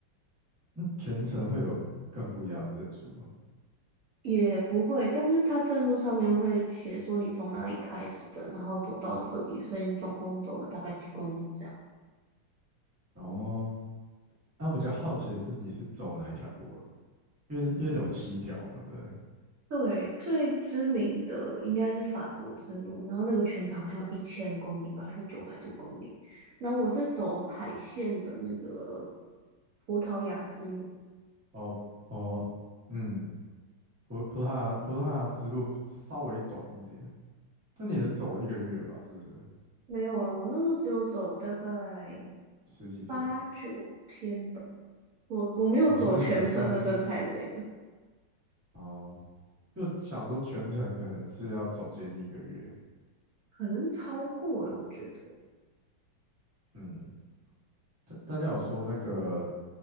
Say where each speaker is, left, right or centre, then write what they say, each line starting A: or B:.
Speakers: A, on the right (about 20°); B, on the right (about 75°).
A: 那全程会有更不一样的证书吗？
B: 也不会，但是他证书上面会写说你从哪里开始的，然后走到这里，所以你总共走了大概几公里这样。
A: 然后，那我比较好奇的是，你是走哪一条路啊？因为因为有七条嘛，对不对？
B: 对，最知名的应该是法国之路，然后那个全长好像一千公里吧，还是九百多公里。然后我是走海线的那个葡萄牙之路，
A: 哦哦，嗯，葡葡萄牙葡萄牙之路比稍微短一点，但你也是走一个月吧？是不是？
B: 没有啊，我那时候只有走大概
A: 十几天？
B: 八九天吧，我我没有走全程，
A: 哦，所以你们算是
B: 那真的太累了，
A: 哦，就想说全程可能是要走接近一个月。
B: 可能超过诶、我觉得。
A: 嗯，大大家有说那个